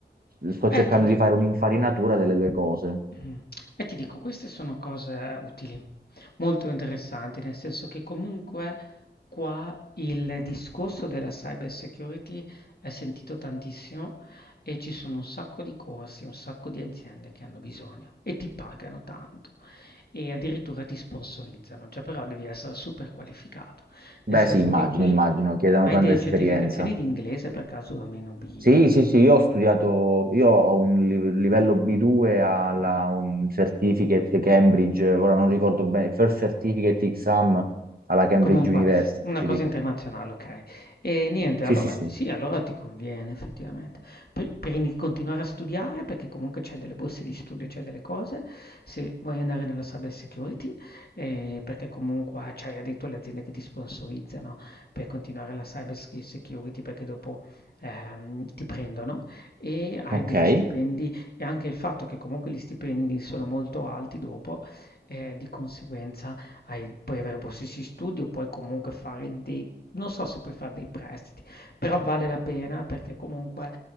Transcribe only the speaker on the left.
Eh,
ti di
mh, eh, ti dico, queste sono cose utili, molto interessanti, nel senso che comunque Qua il discorso della cyber security è sentito tantissimo e ci sono un sacco di corsi, un sacco di aziende che hanno bisogno e ti pagano tanto e addirittura ti sponsorizzano, già però devi essere super qualificato,
nel senso
che qui
hai
delle
certificazioni di inglese per caso almeno B,
Comunque,
una cosa internazionale, okay. E niente,
allora
sì, allora ti conviene effettivamente. Poi per ini continuare a studiare, perché comunque c'hai delle borse di studio, c'hai delle cose, se vuoi andare nella cyber security, ehm, perché comunque c'hai addirittura le aziende che ti sponsorizzano per continuare la cyber schi security, perché dopo, ehm, ti prendono e hai
degli stipendi e anche il fatto che comunque gli stipendi sono molto alti dopo, ehm, di conseguenza hai puoi avere borsisti di studio, puoi comunque fare dei, non so se puoi fare dei prestiti, però vale la pena perché comunque